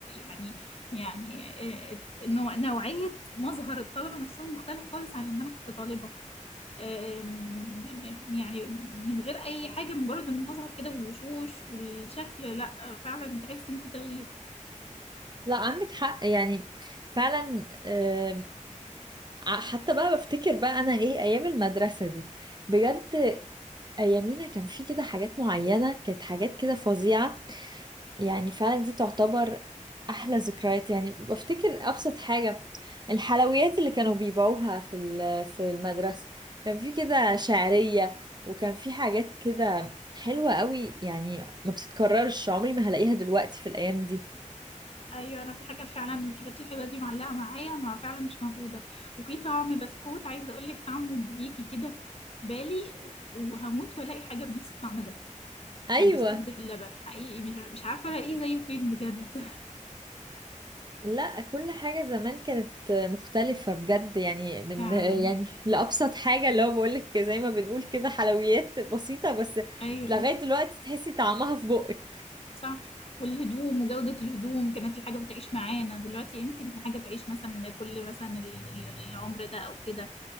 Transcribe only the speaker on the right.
لا عندك حق يعني فعلا آم، ع- حتى بقى بفتكر بقى انا ايه ايام المدرسة دي بجد ايامينا كان في كده حاجات معينة كانت حاجات كده فظيعة يعني فعلا دي تعتبر احلى ذكريات يعني بفتكر ابسط حاجة الحلويات اللي كانوا بيبيعوها في ال- في المدرسة كان في كده شعرية وكان في حاجات كده حلوة قوي يعني ما بتتكررش عمري ما هلاقيها دلوقتي في الايام دي
ايوه
لا كل حاجة زمان كانت مختلفة بجد يعني من
يعني لأبسط حاجة اللي هو بقولك زي ما بنقول كده حلويات بسيطة بس
لغاية دلوقتي تحسي طعمها في بقك